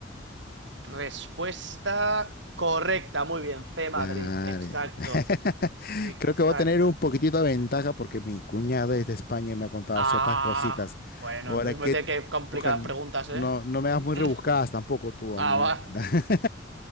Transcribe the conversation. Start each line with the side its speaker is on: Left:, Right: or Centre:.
Right: Respuesta correcta, muy bien, C, Madrid,
Left: Claro.
Right: exacto,
Left: <laughs>
Right: exacta.
Left: Creo que voy a tener un poquitito de ventaja porque mi cuñada es de España y me ha contado
Right: Ah,
Left: ciertas cositas.
Right: bueno,
Left: Ahora
Right: entonces
Left: que,
Right: me voy a tener que complicar
Left: ojalá,
Right: las preguntas,
Left: no,
Right: ¿eh?
Left: no me das
Right: <laughs>
Left: muy rebuscadas tampoco tú,
Right: Ah,
Left: ¿no?
Right: va.
Left: <laughs>